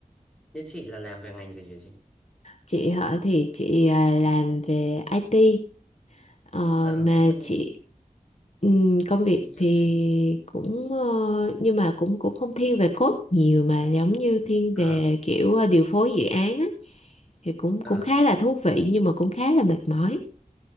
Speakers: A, in the centre; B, on the left.
A: Như chị là làm về ngành gì vậy chị?
B: Chị hả thì chị à, làm về IT Ờ,
A: Ờ,
B: mà
A: có nhẹ,
B: chị ừm, công việc
A: như
B: thì
A: em thấy.
B: cũng ờ, nhưng mà cũng cũng không thiên về code nhiều mà giống như thiên
A: Ờ.
B: về kiểu ờ, điều phối dự án á thì cũng cũng
A: ờ.
B: khá là thú vị nhưng mà cũng khá là mệt mỏi.